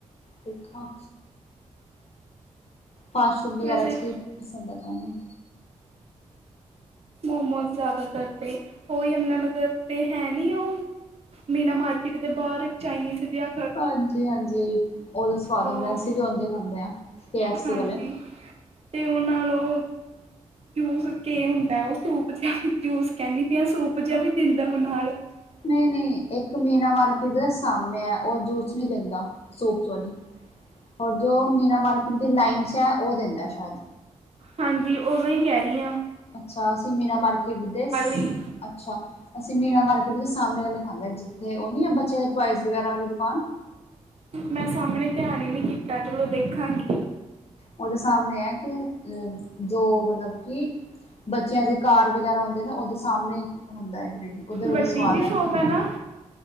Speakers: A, on the left; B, on the right.
A: ਤਿੱਖਾ। ਫਾਸਟ ਫੂਡ ਵਗੈਰਾ
B: ਵੈਸੇ
A: 'ਚ ਕੀ ਪਸੰਦ ਐ ਤੁਹਾਨੂੰ।
B: ਮੋਮੋਸ ਜ਼ਿਆਦਾਤਰ ਤੇ, ਓ ਯਮਨਾ ਨਗਰ ਤੇ ਹੈ ਨੀ ਓ ਮੀਨਾ ਮਾਰਕੀਟ ਦੇ ਬਾਹਰ ਇੱਕ ਚਾਈਨੀਜ਼ ਜਾਂ
A: ਹਾਂਜੀ -ਹਾਂਜੀ ਉਹਦੇ ਸਵਾਦ
B: ਉਹ
A: ਹੁੰਦੇ, ਅਸੀਂ ਵੀ ਉਦੇ ਖਾਂਦੇ ਆ ਕੇ ਐਫ ਸੀ
B: ਹਾਂਜੀ
A: ਵਾਲੇ
B: ਤੇ ਉਹ ਨਾਲ ਉਹ ਜੂਸ ਕੇ ਹੁੰਦਾ ਉਹ, ਸੂਪ ਜਿਹਾ ਜੂਸ ਕਹਿੰਨੀ ਪੀ ਆ ਸੂਪ ਜਿਹਾਂ ਵੀ ਦਿੰਦਾ ਉਹ ਨਾਲ
A: ਨਈ- ਨਈ ਇੱਕ ਮੀਨਾ ਮਾਰਕੀਟ ਦੇ ਸਾਹਮਣੇ ਆ ਉਹ ਜੂਸ ਨੀਂ ਦਿੰਦਾ, ਸੂਪ ਸੌਰੀ ਔਰ ਜੋ ਮੀਨਾ ਮਾਰਕੀਟ ਦੀ ਲਾਈਨ ਚ ਆ, ਉਹ ਦਿੰਦਾ ਸ਼ਾਇਦ
B: ਹਾਂਜੀ ਉਹਦਾ ਈ ਕਹਿ ਰੀ ਆ
A: ਅੱਛਾ, ਅਸੀਂ ਮੀਨਾ ਮਾਰਕੀਟ ਦੇ ਸ
B: ਹੀ
A: ਅੱਛਾ ਅਸੀਂ ਮੀਨਾ ਮਾਰਕੀਟ ਦੇ ਸਾਹਮਣੇ ਵਾਲੇ ਖਾਂਦੇ, ਜਿੱਥੇ ਉਹ ਨੀਂ ਆ ਬੱਚਿਆਂ ਦੇ ਟੋਇਜ਼ ਵਗੈਰਾ ਵਾਲੀ ਦੁਕਾਨ
B: ਮੈਂ ਸਾਹਮਣੇ ਧਿਆਨ ਈ ਨੀ ਕੀਤਾ, ਚਲੋ ਦੇਖਾਂਗੀ।
A: ਉਹਦੇ ਸਾਹਮਣੇ ਹੈ ਇਕ, ਅਹ ਜੋ ਮਤਲਬ ਕਿ ਬੱਚਿਆਂ ਦੇ ਕਾਰ ਵਗੈਰਾ ਹੁੰਦੇ ਨਾ, ਉਹਦੇ ਸਾਹਮਣੇ ਈ ਹੁੰਦਾ ਐ ਇੱਕ ਜਿਹੜੀ ਉਹਦੇ ਬੜੇ
B: ਵੱਡੀ
A: ਸਵਾਦ
B: ਜਿ
A: ਹੈ
B: ਸ਼ੋਪ ਐ ਨਾ।